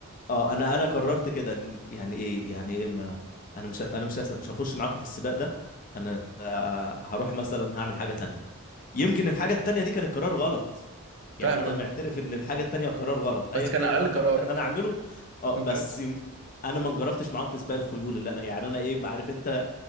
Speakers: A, on the left; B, on the right.
A: اه انا انا قررت كده إن- يعني ايه يعني ايه ما انا مش انا مش مش هخش معاكم في السباق ده انا آه، هروح مثلا هعمل حاجه تانية يمكن الحاجه التانية دي كان القرار غلط يعني
B: فاهم
A: انا معترف
B: قصدك
A: ان الحاجه التانية قرار غلط
B: بس
A: ايا
B: كان
A: كان
B: على
A: اللي
B: الاقل
A: انا
B: قرارك
A: قررت ان انا
B: فاهم
A: اعمله اه
B: كان
A: بس
B: قرارك صح.
A: م- انا ما انجرفتش معاهم في سباق الخيول اللي انا يعني انا ايه ما عارف انت